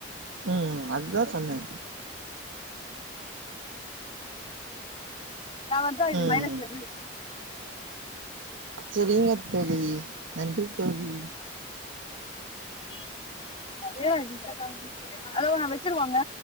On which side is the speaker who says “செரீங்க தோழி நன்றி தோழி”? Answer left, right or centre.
Right